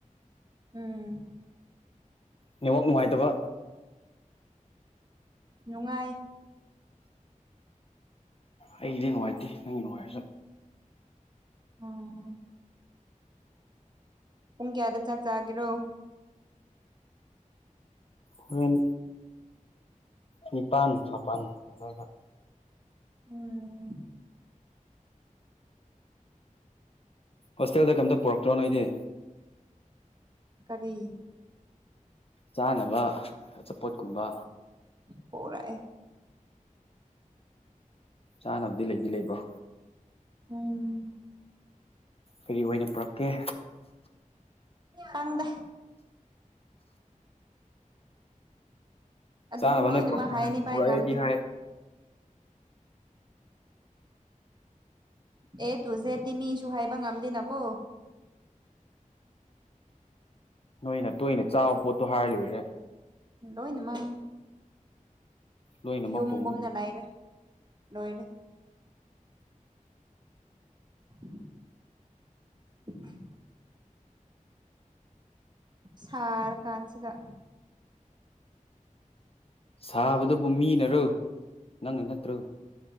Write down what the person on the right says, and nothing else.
ꯎꯝ
ꯅꯨꯡꯉꯥꯏ
ꯎꯝ ꯄꯨꯡ ꯀꯌꯥꯗ ꯆꯥꯛ ꯆꯥꯒꯤꯔꯣ?
ꯎꯝ ꯎꯝ꯫
ꯀꯔꯤ?
ꯄꯨꯔꯛꯑꯦ꯫
ꯎꯝ꯫
ꯈꯪꯗꯦ꯫ ꯑꯗꯨ
ꯂꯣꯏꯅꯃꯛ
ꯍꯥꯏꯅꯤ
ꯕꯥꯏ
ꯉꯝꯗꯦ꯫
ꯑꯦ ꯇꯨ ꯖꯦꯠꯇꯤ ꯃꯤꯁꯨ ꯍꯥꯏꯕ ꯉꯝꯗꯦꯅꯀꯣ꯫
ꯂꯣꯏꯅꯃꯛꯅꯦ꯫
ꯌꯨꯝꯒꯨꯝꯅ ꯂꯩꯔꯦ ꯂꯣꯏꯔꯦ꯫ <inaudible> <inaudible> ꯁꯥꯔ ꯀꯥꯟꯁꯤꯗ꯫